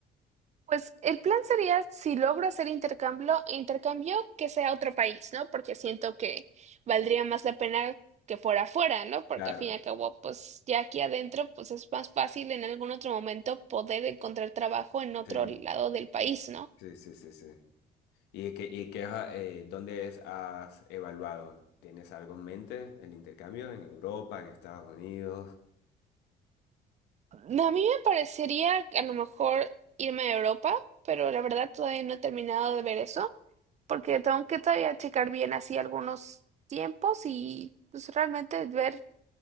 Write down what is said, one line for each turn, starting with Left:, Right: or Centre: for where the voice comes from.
Right: Pues el plan sería, si logro hacer intercambio, intercambio que sea a otro país, ¿no? Porque siento que valdría más la pena que fuera afuera, ¿no? Porque
Left: Claro.
Right: al fin y al cabo, pues ya aquí adentro, pues es más fácil en algún otro momento poder encontrar trabajo en otro
Left: Sí,
Right: lado del país, ¿no?
Left: sí, sí, sí, sí. ¿Y qué, y qué, eh, dónde es- has evaluado? ¿Tienes algo en mente? ¿El intercambio en Europa, en Estados Unidos?
Right: No, A mí me parecería que a lo mejor irme a Europa, pero la verdad todavía no he terminado de ver eso, porque tengo que todavía checar bien así algunos tiempos y pues realmente ver